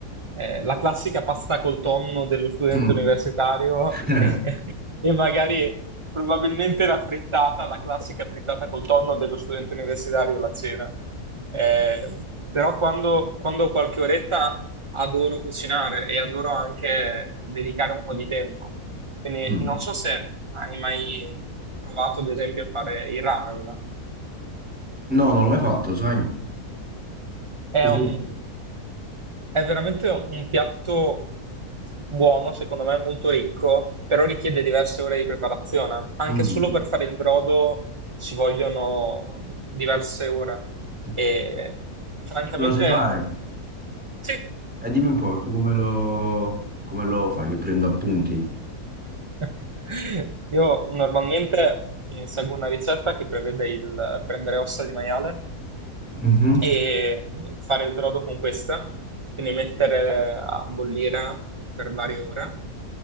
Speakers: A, on the right; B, in the centre.
A: eh, la classica pasta col tonno dello studente
B: Mm.
A: universitario
B: <laughs>
A: <laughs> E magari probabilmente la frittata, la classica frittata col tonno dello studente universitario, la cena. Eh, però quando, quando ho qualche oretta adoro cucinare e adoro anche dedicare un po' di tempo. Quindi
B: Mm.
A: non so se hai mai provato, ad esempio, a fare il ramen.
B: No, non l'ho mai fatto, sai?
A: È
B: Tu
A: un-
B: sì?
A: è veramente un piatto buono, secondo me, molto ricco, però richiede diverse ore di preparazione. Anche
B: Mm.
A: solo per fare il brodo ci vogliono diverse ore.
B: Tu
A: E francamente,
B: Lo sai fare?
A: sì.
B: E dimmi un po', tu come lo, come lo fai? Che prendo appunti?
A: <laughs> Io normalmente mm, seguo una ricetta che prevede il prendere ossa di maiale
B: Mhm,
A: e fare il brodo con questa, quindi mettere a bollire per varie ore,